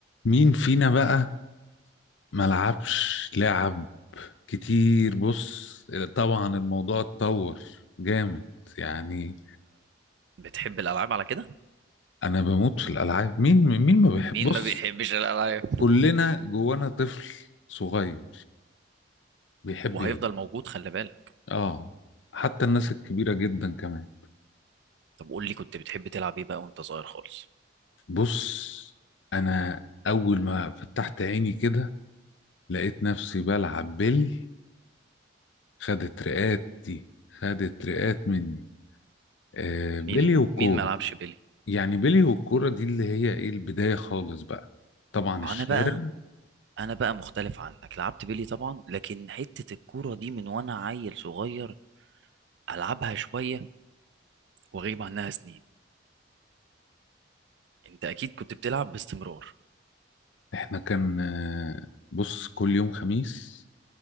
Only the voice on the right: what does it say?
بتحب الالعاب على كده
مين
ما بيحبش الالعاب
وهيفضل
موجود خلي بالك
طب قول لي كنت بتحب تلعب ايه بقى وانت صغير خالص
مين
مين ما لعبش بيلي
انا
بقى انا بقى مختلف عنك لعبت بيلي طبعا لكن حتة الكورة دي من وانا عيل صغير العبها شوية واغيب عنها سنين انت اكيد كنت بتلعب باستمرار